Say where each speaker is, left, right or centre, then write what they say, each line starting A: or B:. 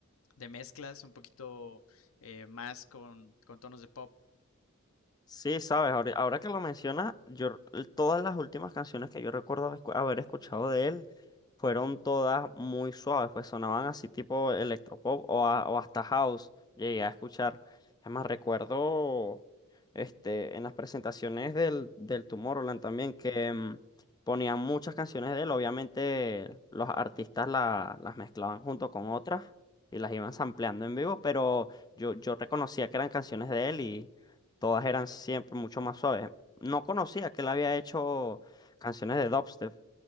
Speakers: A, on the left; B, on the left.
A: de mezclas, un poquito eh, más con, con tonos de pop
B: Sí, sabes, ahori- ahora que lo mencionas, yo r- todas las últimas canciones que yo recuerdo escu- haber escuchado de él fueron todas muy suaves, pues sonaban así tipo electropop o, a- o hasta house, llegué a escuchar. además recuerdo este, en las presentaciones del, del Tomorrowland también que mm, ponían muchas canciones de él, obviamente los artistas la- las mezclaban junto con otras y las iban sampleando en vivo, pero yo, yo reconocía que eran canciones de él Todas eran siempre mucho más suaves. No conocía que él había hecho canciones de dubstep.